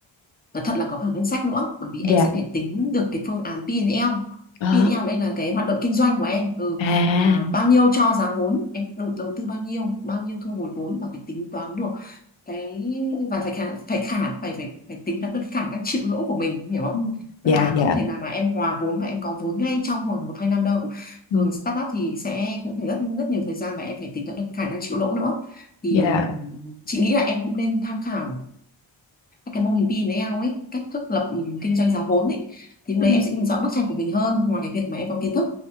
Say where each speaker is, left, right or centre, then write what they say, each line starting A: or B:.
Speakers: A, on the left; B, on the left.
A: Nói thật là có cả ngân sách nữa bởi vì
B: Dạ.
A: em sẽ phải tính được cái phương án P&L
B: Ờ,
A: P&L đây là cái hoạt động kinh doanh của em ừ,
B: à.
A: là bao nhiêu cho giá vốn em đầu, đầu tư bao nhiêu bao nhiêu thu hồi vốn và phải tính toán được cái và phải khả phải khả phải phải phải tính toán được khả năng chịu lỗ của mình em hiểu không
B: Ừ.
A: tức
B: Dạ
A: là
B: dạ.
A: không thể nào mà em hòa vốn và em có vốn ngay trong vòng một hai năm đâu
B: Ừ.
A: thường startup thì sẽ cũng phải rất rất nhiều thời gian và em phải tính toán được khả năng chịu lỗ nữa thì
B: Dạ.
A: chị nghĩ là em cũng nên tham khảo cái mô hình pin với ao ấy cách thức lập ừ, kinh doanh giá vốn ấy thì lúc
B: Ừ.
A: đấy em sẽ nhìn rõ bức tranh của mình hơn ngoài cái việc mà em có kiến thức